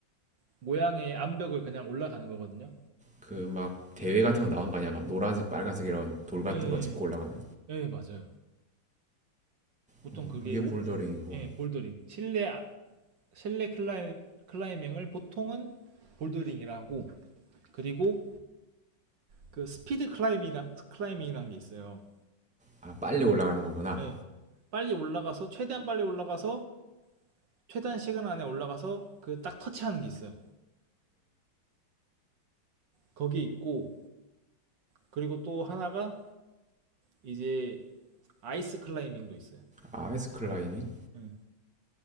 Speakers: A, on the right (about 65°); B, in the centre.
A: 모양의 암벽을 그냥 올라가는 거거든요.
B: 그 막 대회 같은 거 나오는 거 아니야? 막 노란색, 빨간색 이런 돌 같은
A: 예, 예,
B: 거 짚고 올라가는.
A: 예, 예, 맞아요. 보통
B: 어,
A: 그게
B: 그게
A: 오-
B: 볼더링이고
A: 예, 볼더링. 실내 아- 실내 클라이, 클라이밍을 보통은 볼더링이라고 그리고 그 스피드 클라이밍이라, 클라이밍이라는 게 있어요.
B: 아 빨리 올라가는 거구나
A: 예. 빨리 올라가서 최대한 빨리 올라가서 최단 시간 안에 올라가서 그 딱 터치하는 게 있어요. 거기 에 있고 그리고 또 하나가 이제 아이스 클라이밍도 있어요.
B: 아 아이스 클라이밍
A: 예.